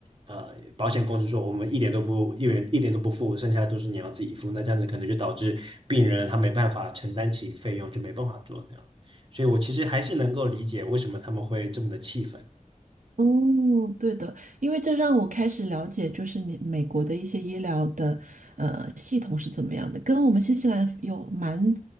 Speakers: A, on the right; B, on the right.
A: 呃呃保险公司说我们一点都不一元一点都不付，剩下都是你要自己付。那这样子可能就导致病人他没办法承担起费用，就没办法做这样。所以我其实还是能够理解为什么他们会这么的气愤。
B: 哦，对的，因为这让我开始了解，就是你美国的一些医疗的呃系统是怎么样的，跟我们新西兰有蛮